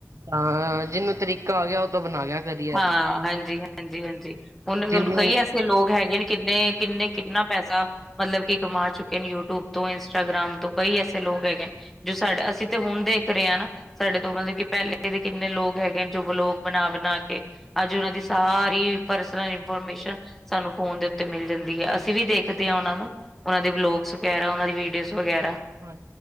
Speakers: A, on the right; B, in the centre.
A: ਹਾਂ ਜਿਹਨੂੰ ਤਰੀਕਾ ਆ ਗਿਆ ਉਹ ਤੋਂ ਬਣਾ ਗਿਆ ਕਰੀਅਰ
B: ਹਾਂ ਹਾਂਜੀ, ਹਾਂਜੀ, ਹਾਂਜੀ ਉਹਨੇ ਤੇ
A: ਜਿਹਨੂੰ
B: ਉਹਨੂੰ ਕਹੀਐ ਕਿ ਲੋਕ ਹੈਗੇ ਨੇ ਕਿੰਨੇ, ਕਿਨੇ, ਕਿੰਨਾ ਪੈਸਾ ਮਤਲਬ ਕਿ ਕਮਾ ਚੁੱਕੇ ਨੇ ਯੂਟਿਊਬ ਤੋਂ, ਇੰਸਟਾਗ੍ਰਾਮ ਤੋਂ, ਕਈ ਐਸੇ ਲੋਕ ਹੈਗੇ। ਜੋ ਸਾਡਾ, ਅਸੀਂ ਤੇ ਹੁਣ ਦੇਖ ਰਹੇ ਹਾਂ ਨਾ। ਸਾਡੇ ਤੋਂ ਮਤਲਬ ਕਿ ਪਹਿਲੇ ਦੇ ਕਿੰਨੇ ਲੋਕ ਹੈਗੇ ਨੇ। ਜੋ ਬਲੋਗ ਬਣਾ, ਬਣਾ ਕੇ ਅੱਜ ਉਹਨਾਂ ਦੀ ਸਾਰੀ ਪਰਸਨਲ ਇਨਫੋਰਮੇਸ਼ਨ ਸਾਨੂੰ ਫੋਨ ਦੇ ਉਤੇ ਮਿਲ ਜਾਂਦੀ ਏ। ਅਸੀਂ ਵੀ ਦੇਖਦੇ ਹਾਂ ਉਹਨਾਂ ਨੂੰ ਉਹਨਾਂ ਦੇ ਵਲੋਗਸ ਵਗੈਰਾ, ਉਹ ਦੀ ਵੀਡੀਓਜ਼ ਵਗੈਰਾ।
A: ਹਾਂ